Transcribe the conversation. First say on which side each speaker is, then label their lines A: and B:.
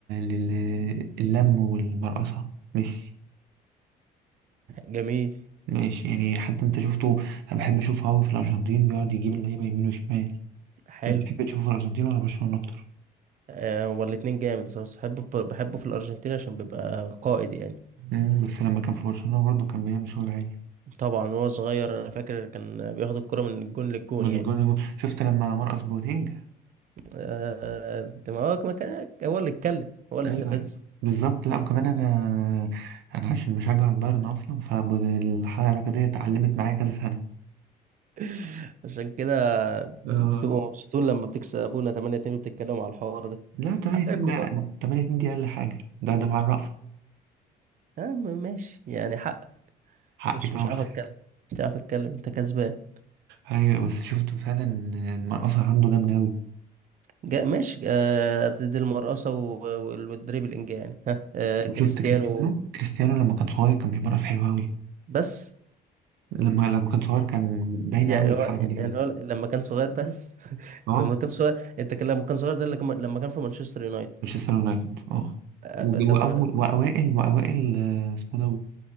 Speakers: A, on the right (about 85°); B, on the right (about 50°).
A: لل... اللم والمرقصة ميسي
B: جميل
A: ماشي يعني حتى انت شفته انا بحب اشوفه قوي في الارجنتين بيقعد يجيب اللعيبة يمين وشمال
B: حلو
A: انت بتحب تشوفه في الارجنتين ولا برشلونة اكتر؟
B: آه، هو الاتنين جامد بصراحة بحبه في بحبه في الأرجنتين عشان بيبقى قائد يعني
A: امم بس لما كان في برشلونة برضه كان بيعمل شغل عالي
B: طبعا وهو صغير انا فاكر كان بياخد الكرة من الجون للجون
A: من
B: يعني
A: الجون للجون. شفت لما مرقص بوتينج
B: آه، ما هو ما كان هو اللي اتكلم هو اللي
A: ايوه
B: استفزه
A: بالظبط لا وكمان انا انا عشان بشجع البايرن اصلا فالحركه دي اتعلمت معايا كذا سنه
B: <laughs> عشان كده
A: اه
B: بت- بتبقوا مبسوطين لما بتكسبونا 8 2 وبتتكلموا على الحوار ده
A: لا 8
B: حقكم
A: 2 ده
B: برضه
A: 8 2 دي اقل حاجه ده ده مع الرأفه
B: يا عم ماشي يعني حق
A: حقي
B: مش
A: طبعا
B: مش عارف
A: <laughs>
B: اتكلم مش عارف اتكلم انت كسبان
A: ايوه بس شفت فعلا المرقصه عنده جامده قوي
B: جا ماشي آه، قد دي المرقصة و- وال- والدريبلينج يعني ها آه،
A: وشفت
B: كريستيانو
A: كريستيانو كريستيانو لما كان صغير كان بيمرقص حلو قوي
B: بس
A: لما لما كان صغير كان باينه
B: يعني
A: قوي الحركه
B: هو
A: دي فيه
B: يعني هو لما كان صغير بس <laughs>
A: اه
B: لما كان صغير انت كان لما كان صغير ده اللي كان- لما كان في مانشستر يونايتد
A: مانشستر يونايتد اه
B: آه،
A: وج-
B: آه، تمام
A: واول واوائل واوائل آه، اسمه ده